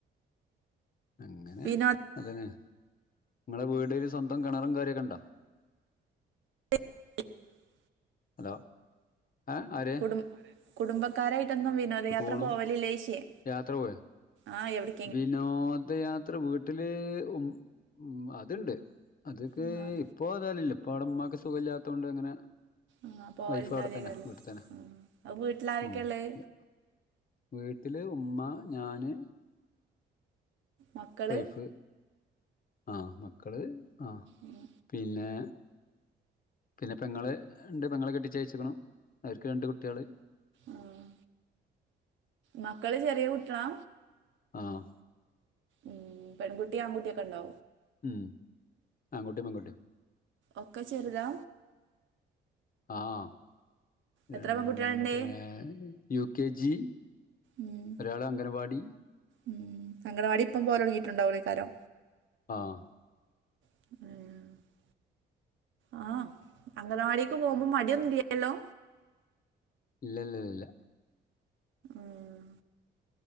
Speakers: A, on the left; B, on the right.
A: അങ്ങനെ
B: വിനോ
A: അതന്നെ നിങ്ങളെ വീടില് സ്വന്തം കിണറും കാര്യൊക്കെണ്ടോ
B: <inaudible>
A: ഹലോ ഏഹ് ആരെ
B: കുടും കുടുംബക്കാരായിട്ടൊന്നും വിനോദയാത്ര
A: പോണു
B: പോവലിലേശിയെ
A: യാത്ര പോയോ
B: ആഹ് എവിടെ
A: വിനോദയാത്ര വീട്ടില് ഉം ഉം അതുണ്ട് അത്ക്ക്
B: ആഹ്
A: ഇപ്പൊ അതാലില്ല ഇപ്പവടെ ഉമ്മാക്ക് സുഖ ഇല്ലാത്തോണ്ടിങ്ങനെ
B: ആഹ് പോവലുണ്ടാവില്ലേക്കാരല്ലേ
A: വൈഫ് അവിടെത്തന്നെ വീട്ടിതന്നെ
B: ആഹ് അപ്പൊ വീട്ടിലാരൊക്കെയാ
A: ഉം
B: ഉള്ളത്
A: ഇല്ല വീട്ടില് ഉമ്മ ഞാന്
B: മക്കള്
A: വൈഫ് ആഹ് മക്കള് ആഹ്
B: മ്
A: പിന്നെ പിന്നെ പെങ്ങള് ഇണ്ട് പെങ്ങളെ കെട്ടിച്ചയച്ചേക്കണു അവർക്ക് രണ്ട് കുട്ടികള്
B: ആഹ് മക്കള് ചെറിയ കുട്ടിയളാ
A: ആഹ്
B: ഉം പെൺകുട്ടി ആൺകുട്ടിയൊക്കെണ്ടോ
A: ഉം ആങ്കുട്ടിം പെങ്കുട്ടിം
B: ഒക്കെ ചെറുതാ
A: ആഹ് രണ്
B: എത്ര പെൺകുട്ടികളുണ്ട്
A: ഏഹ് യു കെ ജി
B: ഉം
A: ഒരാള് അംഗണവാടി
B: ഉം അങ്കണവാടി ഇപ്പം പോലെടങ്ങിട്ടുണ്ടാവുള്ളേക്കാരോ
A: ആഹ്
B: ഉം ആഹ് അംഗണവാടിക്ക് പോമ്പം മടിയൊന്നു ഇല്ലാല്ലോ
A: ഇല്ല ഇല്ലല്ല ഇല്ല
B: ഉം